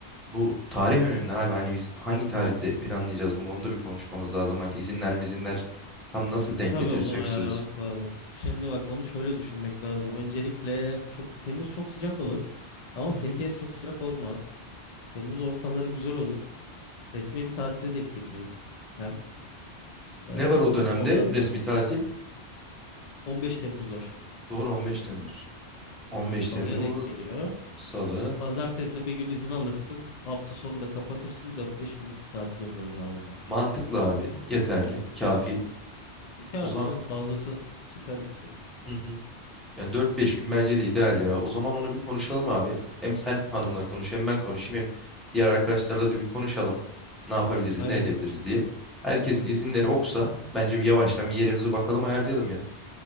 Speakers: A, in the centre; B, on the left.
A: bu tarih önemli abi. Hani biz hangi tarihte planlayacağız bunu onu da bir konuşmamız lazım. Hani izinler mizinler tam nasıl denk
B: Tabii
A: getirecektiririz.
B: onu ayarlamak lazım. Şimdi bak onu şöyle düşünmek lazım. Öncelikle çok Temmuz çok sıcak olur. Ama
A: Hı hı.
B: Fethiye çok sıcak olmaz. Temmuz ortaları güzel olur. Resmi bir tatile denk getiririz. Hem e,
A: Ne var o dönemde
B: oradan
A: resmi
B: da
A: tatil?
B: 15 Temmuz var.
A: Doğru 15 Temmuz. 15
B: Salıya
A: Temmuz
B: denk geliyor.
A: Salı.
B: Pazartesi bir gün izin alırsın. Hafta sonu da kapatırsın. dört beş günlük bir tatil yaparız abi bak.
A: Mantıklı abi. Yeterli. Kafi.
B: E, kafi
A: O zaman
B: canım fazlası sıkar insanı.
A: hı hı. Yani dört beş gün bence de ideal ya. O zaman onu bir konuşalım abi. Hem sen hanımla konuş hem ben konuşayım hem diğer arkadaşlarla da bir konuşalım. Ne yapabiliriz,
B: Evet
A: ne edebiliriz diye. Herkesin izinleri oksa bence bir yavaştan bir yerimize bakalım ayarlayalım ya.